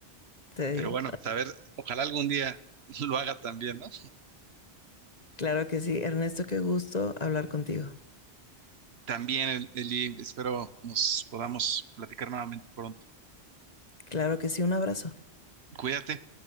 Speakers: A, on the left; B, on the right.
A: Te
B: Pero
A: digo.
B: bueno, pues, a ver, ojalá algún día <laughs> lo haga también, ¿no?
A: Claro que sí, Ernesto, qué gusto hablar contigo.
B: También, Eli, espero nos podamos platicar nuevamente pronto.
A: Claro que sí, un abrazo.
B: Cuídate.